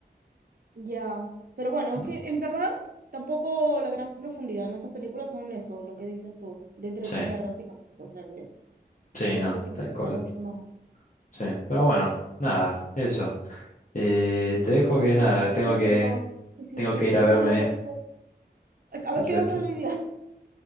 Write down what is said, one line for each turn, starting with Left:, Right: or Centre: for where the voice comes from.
Right: Ya, pero bueno,
Left: Mm,
Right: es que en verdad tampoco la gran profundidad, ¿no? Esas películas son eso, lo que dices tú, de entretener
Left: Sí,
Right: básicamente, o sea, que
Left: sí,
Right: tampoco
Left: no,
Right: hay que
Left: tal
Right: sacar
Left: cual.
Right: mucho más.
Left: Sí, pero bueno, nada, eso. Eh, te dejo que
Right: Tenemos
Left: nada,
Right: que hacer
Left: tengo
Right: sesión
Left: que,
Right: dos. Sí, sí,
Left: tengo
Right: sí,
Left: que ir
Right: yo
Left: a verme
Right: me anoto. A ver,
Left: el resto.
Right: ¿qué vas a ver hoy día?